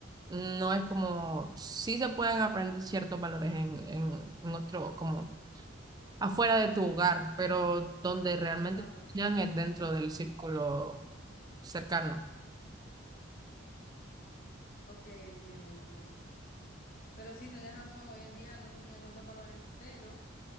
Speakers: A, on the right (about 20°); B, on the left (about 45°).
A: no es como, sí se pueden aprender ciertos valores en, en, en otro, como afuera de tu hogar, pero donde realmente...
B: Ajá.
A: Ya es dentro del círculo cercano.
B: Ok, entiendo, entiendo. Pero sí, tenés razón, hoy en día no se enseñan tantos valores, pero